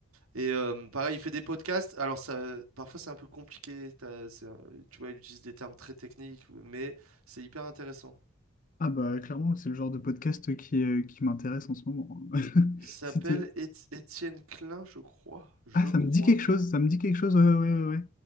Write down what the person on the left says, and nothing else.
Ah bah clairement, c'est le genre de podcast qui, euh, qui m'intéresse en ce moment. <laughs>
Si t'es-
Ah, ça
me dit quelque chose, ça me dit quelque chose, ouais, ouais, ouais. ouais.